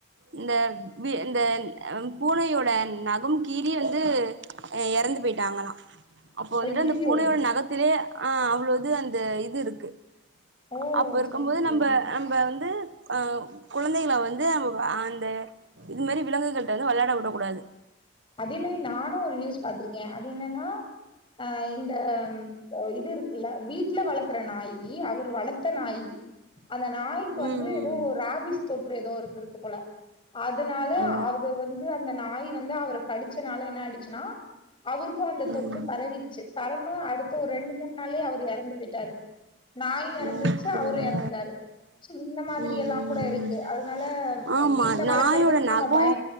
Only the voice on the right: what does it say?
இந்த வி இந்த அ பூனையோட நகம் கீறி வந்து எறந்து போயிட்டாங்கலா அப்போ வந்துட்டு
அந்த பூனையோட நகத்திலேயே அ அவ்ளோ இது அந்த இது இருக்கு
அப்ப இருக்கு
போது
நம்ப நம்ப வந்து அ குழந்தைகள வந்து அவ் அந்த இது மாரி விலங்குகள்ட்ட வந்து வெளயாட விடக் கூடாது
ம்
ம்
ஓ
ம்
ஓ அப்டியா
ம்
ம்
ம்
ம்
ஆமா
நாயோட
நகோ